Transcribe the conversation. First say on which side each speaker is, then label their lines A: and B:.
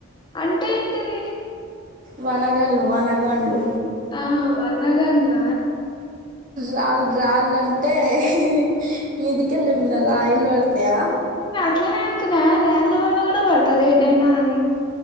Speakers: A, on the left (about 25°); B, on the right (about 40°).
A: అంటే ఏంటిది
B: వానగాన్లు వానగాండ్లు
A: ఆహా వనగన్ల
B: రాళ్లు రాళ్ల అంటే ఇహిహిహి మీదికెళ్ళమిద రాయిలు పడతాయా
A: అట్లానే అనుకున్న రాళ్ళ రాళ్ల వళ్ల కూడా పడుతదా ఎటైనా అని